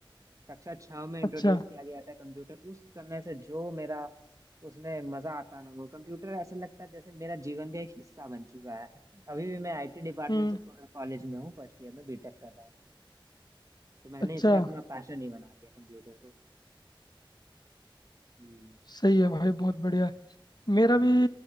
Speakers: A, on the right; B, on the left.
A: कक्षा छह में इंट्रोड्यूस
B: अच्छा
A: किया गया था कंप्यूटर उस समय से जो मेरा उसमें मजा आता ना वो कंप्यूटर ऐसे लगता है जैसे मेरा जीवन का एक हिस्सा बन चुका है अभी भी मैं आईटी डिपार्टमेंट
B: हम्म
A: से कॉलेज में हूँ फर्स्ट ईयर में बीटेक कर रहा हूँ तो मैंने
B: अच्छा
A: इसे अपना पैशन ही बना लिया कंप्यूटर को जी
B: सही है भाई बहुत बढ़िया है। मेरा
A: हम्म
B: भी